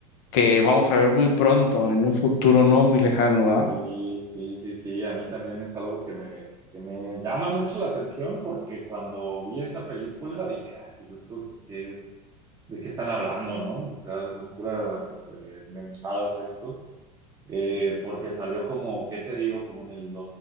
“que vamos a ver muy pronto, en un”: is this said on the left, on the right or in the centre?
Left